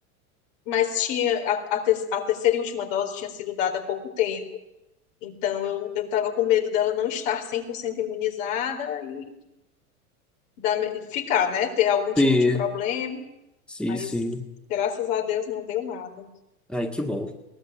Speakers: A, on the left; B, in the centre.
A: Mas tinha a, a ter- a terceira e última dose tinha sido dada há pouco tempo. Então eu eu estava com medo dela não estar 100% imunizada e dar me- ficar, né? Ter algum tipo
B: Sim,
A: de problema.
B: sim,
A: Mas
B: sim.
A: graças a Deus não deu nada,
B: Ai, que bom.